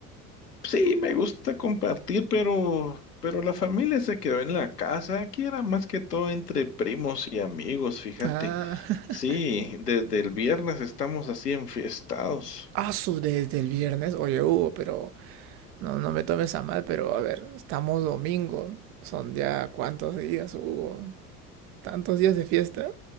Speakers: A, on the left (about 80°); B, on the right (about 30°).
A: Sí, me gusta compartir, pero, pero la familia se quedó en la casa. Aquí era más que todo entre primos y amigos, fíjate.
B: Ah, <laughs>
A: Sí, desde el viernes estamos así enfiestados.
B: aso, desde el viernes. Oye Hugo, pero no, no me tomes a mal, pero a ver, estamos domingo. Son ya cuántos días, Hugo. ¿Tantos días de fiesta?